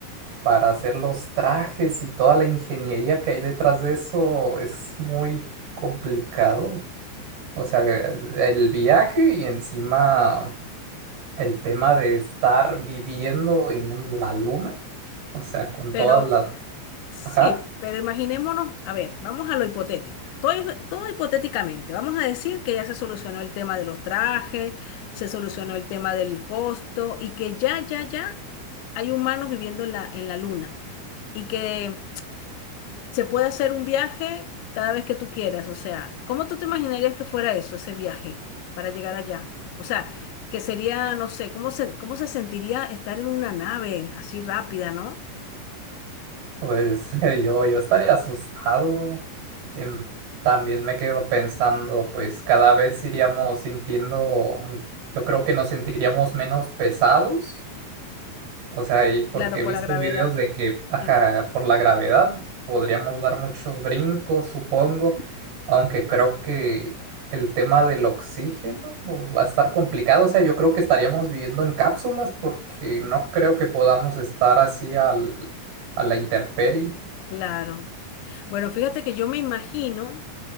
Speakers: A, on the right; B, on the left.
A: para hacer los trajes y toda la ingeniería que hay detrás de eso es muy complicado. O sea, el el viaje y encima el tema de estar viviendo en un- la luna O sea, con
B: Pero...
A: todas las...
B: Sí,
A: Ajá,
B: pero imaginémonos, a ver, vamos a lo hipotético. Todo, hi- todo hipotéticamente. Vamos a decir que ya se solucionó el tema de los trajes, se solucionó el tema del costo y que ya, ya, ya hay humanos viviendo en la, en la luna y que se puede hacer un viaje cada vez que tú quieras. O sea, ¿cómo tú te imaginarías que fuera eso, ese viaje para llegar allá? O sea, que sería, no sé, ¿cómo se, cómo se sentiría estar en una nave así rápida, ¿no?
A: pues <laughs> yo, yo estaría asustado. Em, también me quedo pensando, pues cada vez iríamos sintiendo, yo creo que nos sentiríamos menos pesados. O sea, y porque
B: Claro,
A: he
B: por
A: visto
B: la gravedad.
A: videos de que, ajá,
B: Sí.
A: por la gravedad podríamos dar muchos brincos, supongo, aunque creo que el tema del oxígeno va a estar complicado. O sea, yo creo que estaríamos viviendo en cápsulas porque no creo que podamos estar así al, a la intemperie.
B: Claro. Bueno, fíjate que yo me imagino